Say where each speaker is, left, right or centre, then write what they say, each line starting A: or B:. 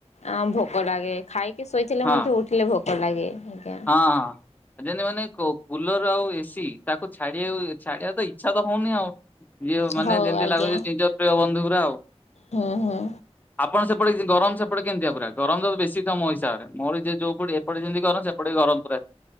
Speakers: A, on the left; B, on the left.
A: ଆଉ ଭୋକ ଲାଗେ ଖାଇ ଶୋଇଥିଲେ
B: ହଁ
A: ମଧ୍ୟ ଉଠିଲେ ଭୋକ। ତ ଲାଗେ। ଆଜ୍ଞା।
B: ହଁ ହଁ ଜେନେ ମାନେ କୁ୍ଲର ଆଉ। A C. ତାକୁ ଛାଡିଆକୁ ଛାଡିବ ଇଚ୍ଛା ତ ହଉନି ଆଉ। ଏ ମାନେ
A: ହଉ
B: ଯେମିତି
A: ଆଜ୍ଞା
B: ଲାଗୁଛି ନିଜ ପ୍ରିୟ ବନ୍ଧୁ ଗୁରା ଆଉ
A: ହୁଁ ହୁଁ
B: ଆପଣ ସେ ଗରମ ସେ କେମିତିଆ ପୁରା ଗରମ ତ ବେଶୀ। ମୋ ହିସାବରେ ମୋର ଯ ଯୋଉ ଏପଟେ ଯେମିତି ଗରମ ସେ ସେପଟେ ବି ଗରମ ପୁରା